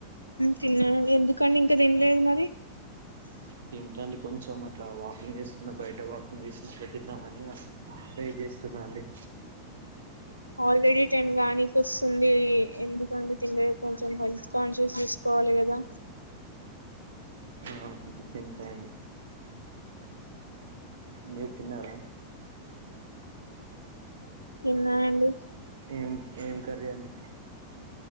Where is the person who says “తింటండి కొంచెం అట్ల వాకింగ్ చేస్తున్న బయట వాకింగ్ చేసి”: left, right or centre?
Right